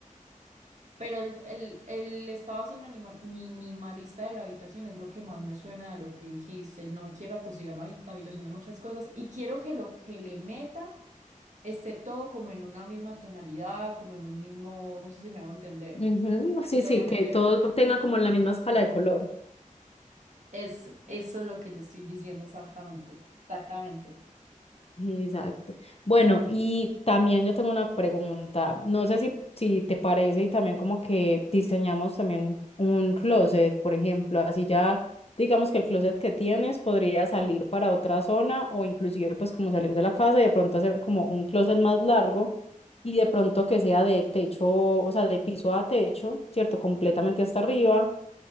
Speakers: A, on the right; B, on the left.
A: Pero el, el, el estado así manima- minimalista de la habitación es lo que más me suena de lo que dijiste. No quiero atosigar la, habi- la habitación de muchas cosas y quiero que lo que le meta esté todo como en una misma tonalidad, como en un mismo, no sé si me hago entender.
B: Ujú, Sí,
A: Si le
B: sí,
A: voy a
B: que
A: meter
B: todos
A: cuadritos
B: tengan como
A: y
B: la
A: cosas,
B: misma escala
A: sí.
B: de color.
A: Eso, eso es lo que yo estoy diciendo exactamente, exactamente.
B: Exacto. Bueno, y también yo tengo una pregunta. No sé si, si te parece y también como que diseñamos también un closet, por ejemplo, así ya digamos que el closet que tienes podría salir para otra zona o inclusive pues como salir de la casa y de pronto hacer como un closet más largo y de pronto que sea de techo, o sea, de piso a techo, ¿cierto? Completamente hasta arriba